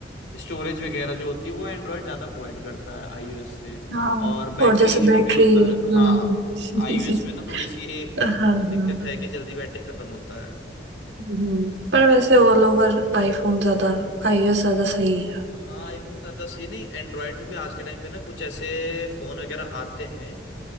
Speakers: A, on the left; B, on the right.
A: स्टोरेज वगैरह जो होती है वो एंड्रॉयड ज़्यादा प्रोवाइड करता है आईओएस से
B: हाँ
A: और
B: और
A: बैटरी
B: जैसे
A: इशू
B: बैटरी
A: भी होता है
B: हम्म
A: हाँ आईओएस में ना
B: <laughs>
A: थोड़ी सी ये
B: हाँ हाँ
A: दिक्कत है कि जल्दी बैटरी खत्म होता है
B: हम्म पर वैसे ऑल ओवर आईफोन ज्यादा आईओएस ज्यादा सही है
A: हाँ आईफोन ज़्यादा सही नहीं एंड्रॉयड में भी आज के टाइम पे ना कुछ ऐसे फ़ोन वगैरह आते हैं